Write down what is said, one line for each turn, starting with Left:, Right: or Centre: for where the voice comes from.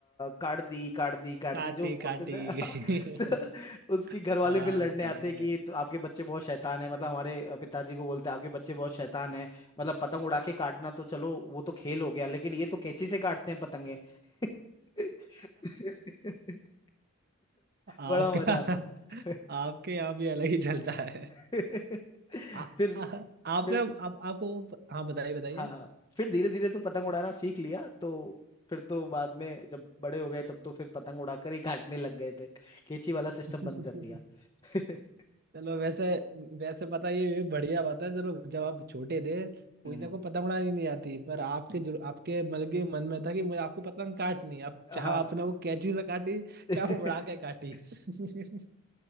Left: काट दी काट दी काट
Right: काटी
Left: दी जो
Right: काटी
Left: बोलते थे हाँ,
Right: <laughs>
Left: <laughs> तो उसके घर वाले
Right: हाँ
Left: फिर लड़ने
Right: समझ
Left: आते
Right: गया
Left: कि तो आपके बच्चे बहुत शैतान है मतलब हमारे अ, पिताजी को बोलते आपके बच्चे बहुत शैतान है मतलब पतंग उड़ा के काटना तो चलो वो तो खेल हो गया लेकिन ये तो कैंची से काटते हैं पतंगे <laughs> तो
Right: आपका
Left: बड़ा मजा आता था
Right: आपके यहाँ भी अलग ही चलता है
Left: <laughs>
Right: आ,
Left: फिर
Right: आ, आपने
Left: फिर
Right: आप, आपको हाँ बताइए
Left: हाँ फिर धीरे धीरे तो पतंग उड़ाना सीख लिया तो फिर तो बाद में जब बड़े हो गए तब तो फिर पतंग उड़ाकर ही काटने लग गए थे कैंची वाला सिस्टम
Right: बताइए
Left: बंद कर दिया
Right: <laughs>
Left: <laughs>
Right: चलो वैसे वैसे पता है, ये बढ़िया बात है चलो जब आप छोटे थे कोई
Left: हम्म
Right: ना कोई पतंग उड़ानी नहीं आती पर आपके
Left: हम्म,
Right: जो आपके मतलब कि मन में था कि मुझे आपको पतंग काटनी है। आप चाहे
Left: हाँ
Right: आपने वो कैंची से काटी
Left: <laughs>
Right: चाहे वो उड़ा के काटी <laughs>